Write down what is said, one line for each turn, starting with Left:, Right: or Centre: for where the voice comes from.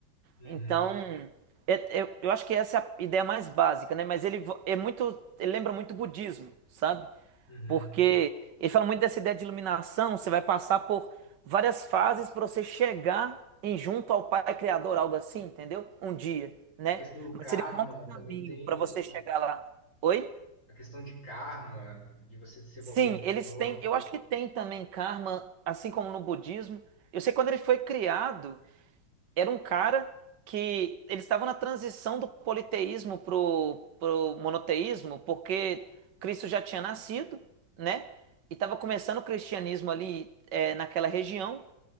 Left: Uhum,
Right: Então, é- é- eu acho que essa é a ideia mais básica, né? Mas ele vo- é muito. Ele lembra muito o budismo, sabe?
Left: uhum.
Right: Porque ele fala muito dessa ideia de iluminação, você vai passar por várias fases para você chegar em junto ao Pai Criador, algo assim, entendeu? Um dia, né?
Left: A questão do
Right: Mas
Left: karma
Right: seria um longo caminho
Left: também tem
Right: para você
Left: isso?
Right: chegar lá. Oi?
Left: A questão de karma, de você ser uma
Right: Sim,
Left: boa pessoa.
Right: eles têm, eu acho que tem também karma, assim como no budismo. Eu sei que quando ele foi criado, era um cara que eles estavam na transição do politeísmo pro, pro monoteísmo, porque Cristo já tinha nascido, né? E estava começando o cristianismo ali é, naquela região.